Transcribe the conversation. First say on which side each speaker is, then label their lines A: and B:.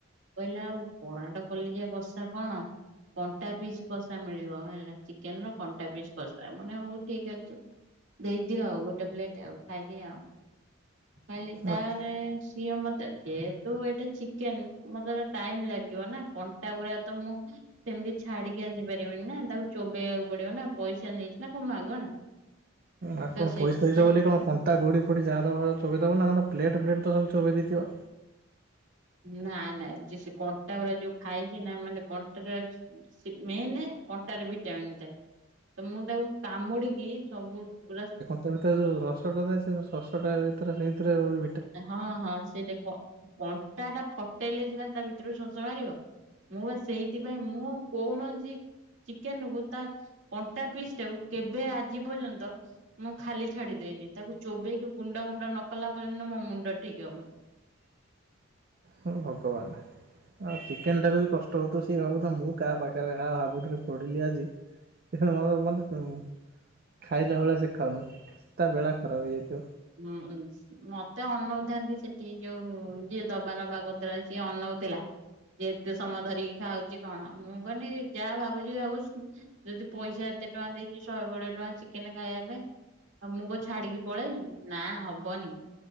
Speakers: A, on the right (about 70°); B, on the right (about 50°).
A: କହିଲା ଆଉ କରାଟ କଲିଜା କଷା କଣ? କଣ୍ଟା ପିସ୍ କଷା ମିଳିବ, ହେଲା ଚିକେନ୍ ର କଣ୍ଟା ପିସ୍ କଷା ମୁଁ କହିନି ହଉ ଠିକ ଅଛି। ଦେଇଦିଅ ଆଉ ଗୋଟେ ପ୍ଲେଟ୍ ଆଉ ଖାଇଦିଏଁ ଆଉ, ଖାଇଲି, ତାରେ
B: ଆଚ୍ଛା
A: ସିଏ ମୋତେ ଯେହେତୁ ଏଟା ଚିକେନ୍ ମୋତେ ତ ଟାଇମ୍ ଲାଗିବ ନା। କଣ୍ଟା ଗୁଡା ତ ମୁଁ ସେମିତି ଛାଡିକି ଆସି ପାରିବନି ନା, ତାକୁ ଚୋବେଇବାକୁ ପଡିବ ନା ପଇସା ନେଇଛି ନା କଣ ମାଗଣା।
B: ଆପଣ
A: ତ ସେଇଥିପାଇଁ
B: ପଇସା ଦେଇଛ ବୋଲି କଣ କ ତା ଗୁଡି ଫୁଡି ଯା ଦବ କଣ ଚୋବେଇ ଦବନା କଣ ପ୍ଲେଟ୍ ଫ୍ଲେଟ୍ ତ ସବୁ ଚୋବେଇ ଦେଇଥିବ?
A: ନା ନା ଚେ ସେ କଣ୍ଟା ଗୁଡା ଯୋଉ ଖାଇଚି ନା ମାନେ କଣ୍ଟାଟା ସେ ମେନେ କଣ୍ଟାରେ ଭିଟାମିିନ୍ ଥାଏ। ତ ମୁଁ ତାକୁ କାମୁଡିକି ସବୁ ପୁରା
B: ତା ଭିତରେ ଯୋଉ ରସଟା ଥାଏ ସେ ସଶଟା ଭିତରେ ସେଇଥିରେ ଭି
A: ଏ ହଁ, ହଁ ସେଇଟା କ- କଣ୍ଟାଟା ଫଟେଇଲେ ସିନା ତା ଭିତରୁ ଶୋଷ ବାହାରିବ। ମୁଁ ବା ସେଇଥିପାଇଁ ମୁଁ କୌଣସି ଚିକେନ୍ କୁ ତା କଣ୍ଟା ପିସ୍ ଟାକୁ କେବେ ଆଜି ପର୍ଯ୍ୟନ୍ତ ମୁଁ ଖାଲି ଛାଡି ଦେଇନି, ତାକୁ ଚୋବେଇକି ଗୁଣ୍ଡ ଗୁଣ୍ଡ ନ କଲା ପର୍ଯ୍ୟନ୍ତ ମୋ ମୁଣ୍ଡ ଠିକ ହବନି।
B: ହେ ଭଗବାନ। ଆଉ ଚିକେନ୍ ଟାକୁ ବି କଷ୍ଟ ହଉଥୁବ ସେ ଭାବୁଥିବ ମୁଁ କା ପାଖରେ ହା -ହାବୁଡିରେ ପଡିଲି ଆଜି। ଏ ସେ ମୋତେ ମୋତେ ଉଁ, ଖାଇଲା ଭଳିଆ ସେ ଖାଉନି, ତା ବେଳା ଖରାପ ହେଇଯାଇଥିବ।
A: ହୁଁ, ଉଁ, ମୋତେ ଅନଉଥାନ୍ତି ସେଠି ଯୋଉ ଯିଏ ଦବା ନବା କରିଥିଲା ସିଏ ଅନଉଥିଲା। ଯେ ଏତେ ସମୟ ଧରିକି ଖାଉଚି କଣ ମୁଁ କହନି ଯାହା ଭାବୁଚି ଭାବୁ। ଯଦି ପଇସା ଏତେ ଟଙ୍କା ଦେଇକି ଶହେ କୋଡିଏ ଟଙ୍କା ଚିକେନ୍ ଖାଇବା ପାଇଁ। ଆଉ ମୁଁ କ ଛାଡିକି ପଳେଇମି, ନା ହବନି।